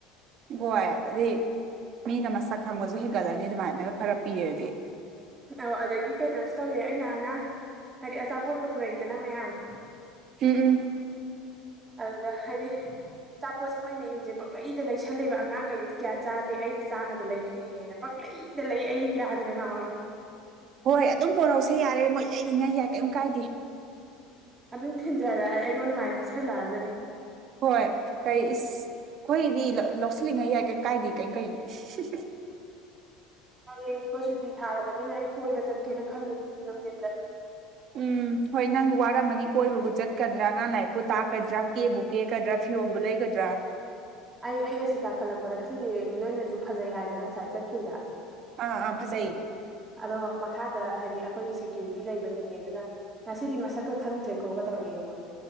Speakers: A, on the right; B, on the right.
A: ꯍꯣꯏ ꯑꯗꯩ ꯃꯤꯅ ꯃꯁꯛ ꯈꯪꯕꯁꯨ ꯍꯦꯟꯒꯠꯂꯅꯤ ꯑꯗꯨꯃꯥꯏꯅ ꯈꯔ ꯄꯤꯔꯗꯤ
B: ꯑꯣ ꯑꯗꯩꯗꯤ ꯀꯩꯅꯣꯁꯨ ꯇꯧꯋꯦ ꯑꯩꯅ ꯑꯉꯥꯡ ꯍꯥꯏꯗꯤ ꯑꯆꯥꯄꯣꯠꯀ ꯄꯨꯔꯛꯏꯗꯅ ꯃꯌꯥꯝ
A: ꯎꯝ ꯎꯝ
B: ꯑꯗꯨꯗ ꯍꯥꯏꯗꯤ ꯑꯆꯥꯄꯣꯠꯁꯦ ꯃꯣꯏ ꯃꯌꯨꯝꯁꯦ ꯄꯛꯂꯩꯗ ꯂꯩꯁꯜꯂꯦꯕ ꯑꯉꯥꯡꯒꯩꯗꯨꯗꯤ ꯀꯌꯥ ꯆꯥꯗꯦ ꯑꯩꯅ ꯆꯥꯅꯕ ꯂꯩꯕꯤꯔꯤꯅꯦꯅ ꯄꯪꯂꯩꯗ ꯂꯩ ꯑꯩ ꯒ꯭ꯌꯥꯟꯒ ꯉꯥꯎꯏ
A: ꯍꯣꯏ ꯑꯗꯨꯝ ꯄꯣꯔꯛꯎꯁꯦ ꯌꯥꯏꯔꯦ ꯃꯣꯏ ꯂꯩꯔꯤꯉꯩ ꯌꯥꯏ ꯀꯩꯝ ꯀꯥꯏꯗꯦ
B: ꯑꯗꯨꯝ ꯊꯤꯟꯖꯔꯛ ꯑꯩꯉꯣꯟꯗ ꯃꯥꯏꯅ ꯄꯤꯁꯜꯂꯛꯑꯖꯅꯤ
A: ꯍꯣꯏ ꯀꯩ ꯏꯁ ꯑꯩꯈꯣꯏꯒꯤꯗꯤ ꯂꯧ ꯂꯧꯁꯤꯜꯂꯤꯉꯩ ꯌꯥꯏ ꯀꯩꯝ ꯀꯥꯏꯗꯦ ꯀꯩ ꯀꯩꯅꯣ
B: ꯍꯌꯦꯡꯗꯨꯒ ꯁꯨꯇꯤ ꯊꯥꯔꯕꯅꯤꯅ ꯑꯩ ꯀꯣꯏꯕ ꯆꯠꯀꯦꯅ ꯈꯜꯂꯤ ꯅꯨꯡꯊꯤꯗꯤꯟꯗ
A: ꯎꯝ ꯍꯣꯏ ꯅꯪ ꯋꯥꯔꯝꯃꯅꯤ ꯀꯣꯏꯕꯕꯨ ꯆꯠꯀꯗ꯭ꯔꯥ ꯑꯉꯥꯡ ꯂꯥꯏꯔꯤꯛꯄꯨ ꯇꯥꯛꯀꯗ꯭ꯔꯥ ꯀꯦꯕꯨ ꯀꯦꯒꯗ꯭ꯔꯥ ꯐꯤꯔꯣꯟꯕꯨ ꯂꯩꯒꯗ꯭ꯔꯥ
B: ꯑꯩ ꯑꯩ ꯑꯁꯤ ꯀꯥꯈꯠꯂꯛꯄꯗ ꯉꯁꯤꯗꯤ ꯅꯣꯏꯅꯁꯨ ꯐꯖꯩ ꯍꯥꯏꯗꯅ ꯉꯁꯥꯏ ꯆꯠꯈꯤꯕꯗ
A: ꯑꯥ ꯑꯥ ꯐꯖꯩ
B: ꯑꯗꯣ ꯃꯈꯥꯗ ꯍꯥꯏꯗꯤ ꯑꯩꯈꯣꯏꯒꯤ ꯁꯦꯀ꯭ꯌꯨꯔꯤꯇꯤ ꯂꯩꯕ ꯅꯤꯅꯦꯗꯨꯅ ꯉꯁꯤꯗꯤ ꯃꯁꯛꯀ ꯈꯪꯗ꯭ꯔꯦꯀꯣꯒ ꯇꯧꯔꯛꯑꯦ ꯑꯩꯉꯣꯟꯗ